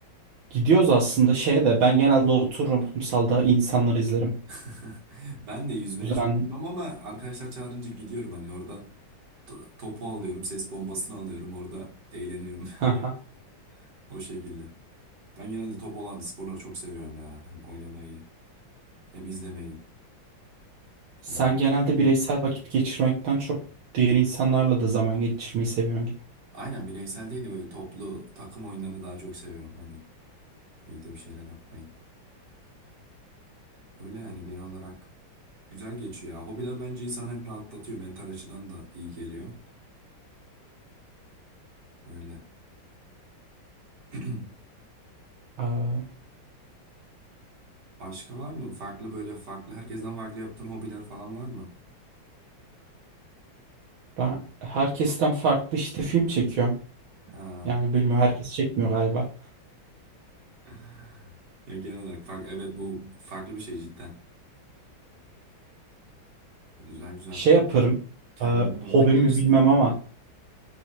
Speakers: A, on the right; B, on the right.
A: Gidiyoruz aslında şeye de ben genelde otururum kumsalda insanları izlerim.
B: <laughs> Ben de yüzmeye
A: Düzen.
B: çok bilmem ama arkadaşlar çağırınca gidiyorum hani orada to- topu alıyorum, ses bombasını alıyorum orada eğleniyorum
A: Haha.
B: <laughs> o şekilde. Ben genelde top olan sporları çok seviyorum ya. Hem oynamayı hem izlemeyi.
A: Sen
B: Olmaz.
A: genelde bireysel vakit geçirmekten çok diğer insanlarla da zaman geçirmeyi seviyorsun gibi.
B: Aynen bireysel değil de böyle toplu takım oyunlarını daha çok seviyorum. Hani birlikte bir şeyler yapmayı. Öyle yani genel olarak güzel geçiyor ya. Hobiler bence insanı hep rahatlatıyor. Mental açıdan da iyi geliyor. Öyle. <clears throat>
A: Aa,
B: Başka var mı? Farklı böyle farklı herkesten farklı yaptığın hobiler falan var mı?
A: ben herkesten farklı işte film çekiyorum.
B: Ha.
A: Yani bilmiyorum herkes çekmiyor galiba.
B: <laughs> Ya genel olarak fark evet bu farklı bir şey cidden. Güzel güzel.
A: Şey yaparım.
B: Yani kendini
A: Aa,
B: bu konuda
A: hobimi
B: geliş.
A: bilmem ama